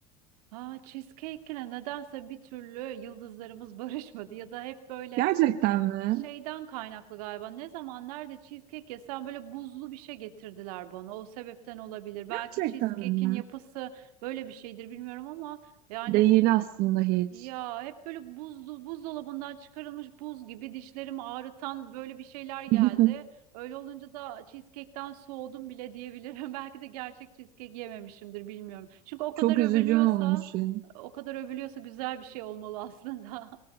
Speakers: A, on the right (about 75°); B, on the right (about 50°).
A: a cheesecake'le nedense bir türlü yıldızlarımız <laughs> barışmadı ya da hep böyle
B: Gerçekten mi?
A: Şeyden kaynaklı galiba. Ne zaman nerede cheesecake yesem böyle buzlu bir şey getirdiler bana. O sebepten olabilir. Belki
B: Gerçekten
A: cheesecake'in
B: mi?
A: yapısı böyle bir şeydir bilmiyorum ama yani
B: Değil aslında hiç.
A: ya hep böyle buzlu buzdolabından çıkarılmış buz gibi dişlerimi ağrıtan böyle bir şeyler geldi.
B: <laughs>
A: Öyle olunca da cheesecake'ten soğudum bile diyebilirim. <laughs> Belki de gerçek cheesecake yememişimdir bilmiyorum. Çünkü o kadar
B: Çok
A: övülüyorsa
B: üzücü olmuş ya.
A: o kadar övülüyorsa güzel bir şey olmalı aslında.